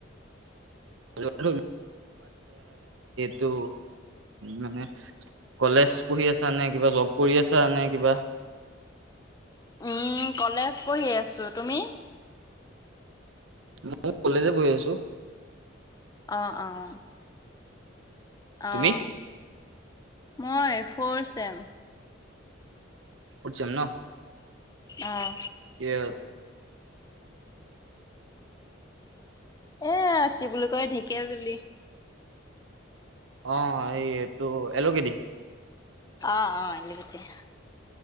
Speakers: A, on the right; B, on the left.
A: <unintelligible> তু মানে <unintelligible> কলেজ পঢ়ি আছা নে কিবা জব কৰি আছা নে কিবা?
B: উম, কলেজ পঢ়ি আছো তুমি?
A: মইও কলেজে পঢ়ি আছোঁ।
B: অহ -অহ -
A: তুমি
B: অহ। মই ফৰ চেম।
A: ফৰট চেম নহ?
B: অহ।
A: কিয়?
B: এহ কি বুলি কয় ঢেকীয়াজুলি
A: অহ, এইটো এলোগেদি
B: অহ- অহ এলগটিয়া।